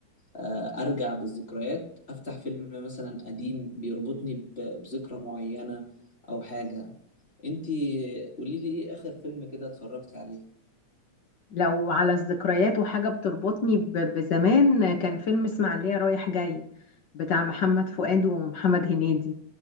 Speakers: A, on the left; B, on the left.
A: آه، ارجع بالذكريات افتح فيلم مثلا قديم بيربطني ب- بذكرى معينة او حاجة انتي قولي لي ايه اخر فيلم كده اتفرجت عليه
B: لو على الذكريات وحاجة بتربطني ب- بزمان كان فيلم اسماعيلية رايح جاي بتاع محمد فؤاد ومحمد هنيدي